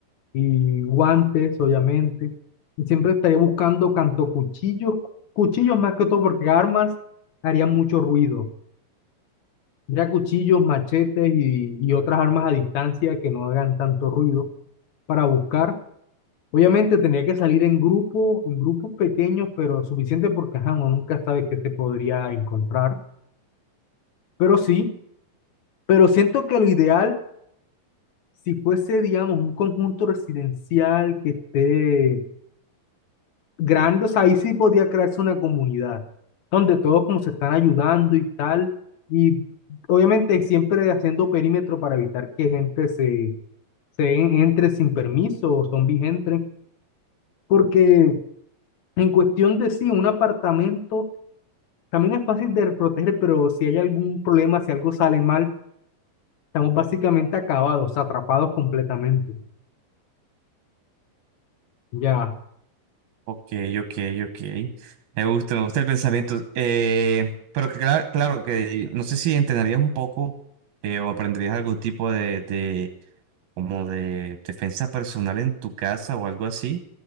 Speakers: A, on the left; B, on the right.
A: y guantes, obviamente. Y siempre estaría buscando tanto cuchillos, cuchillos más que todo, porque armas harían mucho ruido. Mira, cuchillos, machetes y, y otras armas a distancia que no hagan tanto ruido para buscar. Obviamente tendría que salir en grupo, en grupos pequeños, pero suficiente porque ajá, uno nunca sabe qué se podría encontrar. Pero sí, pero siento que lo ideal, si fuese, digamos, un conjunto residencial que esté grande, o sea, ahí sí podía crearse una comunidad donde todos como se están ayudando y tal, y obviamente siempre haciendo perímetro para evitar que gente se, se en- entre sin permiso o zombies entren, porque en cuestión de sí, un apartamento también es fácil de proteger, pero si hay algún problema, si algo sale mal, estamos básicamente acabados, atrapados completamente. Ya,
B: Ok, ok, ok. Me gusta, me gusta el pensamiento. Eh, pero cla- claro que no sé si entrenarías un poco eh, o aprenderías algún tipo de, como de defensa personal en tu casa o algo así,